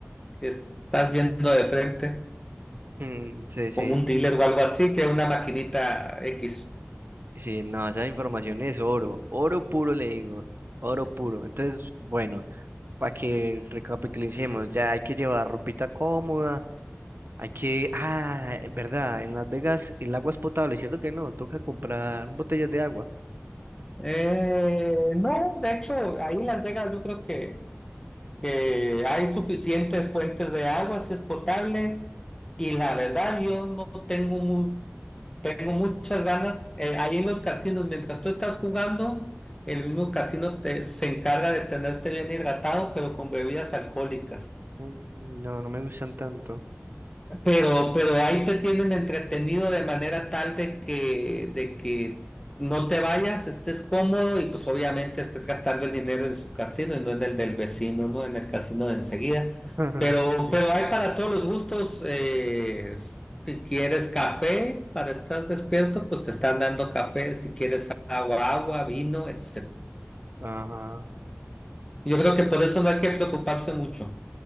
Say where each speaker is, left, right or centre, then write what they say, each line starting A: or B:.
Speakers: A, on the left; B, on the right.
A: que estás viendo de frente,
B: Mm, sí, sí.
A: como un dealer o algo así, que una maquinita X.
B: Sí, no, esa información es oro. Oro puro, le digo. Oro puro. Entonces, bueno, para que recapitulicemos, ya hay que llevar ropita cómoda. Hay que. Ah, verdad, en Las Vegas el agua es potable, ¿cierto que no? Toca comprar botellas de agua.
A: Eh, no, de hecho, ahí en Las Vegas yo creo que... que hay suficientes fuentes de agua, si es potable, y la verdad yo no tengo mu- tengo muchas ganas, eh, ahí en los casinos, mientras tú estás jugando, el mismo casino te, se encarga de tenerte bien hidratado, pero con bebidas alcohólicas.
B: Mm, No, no me gustan tanto.
A: Pero, pero ahí te tienen entretenido de manera tal de que, de que no te vayas, estés cómodo y pues obviamente estés gastando el dinero en su casino y no en el del vecino, ¿no? En el casino de enseguida.
B: <laughs>
A: Pero,
B: Sí.
A: pero hay para todos los gustos. eh, si quieres café para estar despierto, pues te están dando café. Si quieres agua, agua, vino, etcétera.
B: Ajá,
A: Yo creo que por eso no hay que preocuparse mucho.